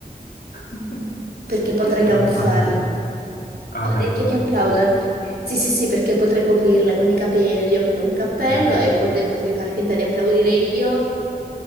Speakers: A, on the left; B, on the right.
A: <laughs>
B: perché potrei camuffarle.
A: Eh, ma immagini? Ah,
B: Orecchie
A: beh, sì,
B: che
A: chiaro.
B: applaudono. Sì, sì, sì, perché potrei coprirle con i capelli o con un cappello
A: Eh,
B: e
A: sì.
B: pot- potrei far finta di applaudire io,